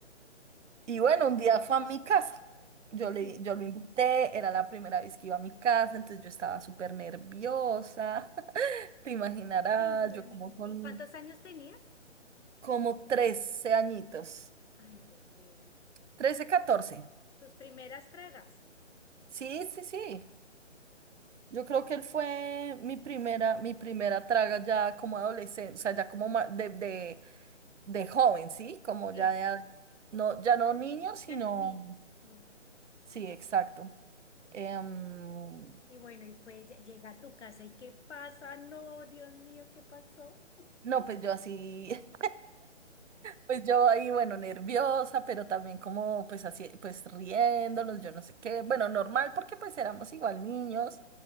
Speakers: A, on the right; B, on the left.
A: y bueno, un día fue a mi casa. Yo
B: Sí.
A: le, yo lo invité, era la primera vez que iba a mi casa, entonces yo estaba súper nerviosa. <laughs> Te imaginarás,
B: Ay, no, Dios
A: yo como
B: mío. ¿Y
A: con
B: y cuántos años tenías?
A: como 13 añitos,
B: Ay, Dios mío.
A: 13 catorce
B: Tus primeras tragas.
A: Sí, sí, sí. Yo creo que él fue mi primera, mi primera traga ya como adolescente, o sea, ya como ma- de, de, de joven, ¿sí? Como
B: Sí.
A: ya de, ad- no, ya no niño, sino,
B: Ya no ni. Mm.
A: sí, exacto. Em,
B: Y bueno, y fue, ll- llega a tu casa y ¿qué pasa? No, Dios mío, ¿qué pasó?
A: no, pues yo así, <laughs> Pues yo ahí, bueno, nerviosa, pero también como pues así, pues riéndonos, yo no sé qué, bueno, normal porque pues éramos igual niños,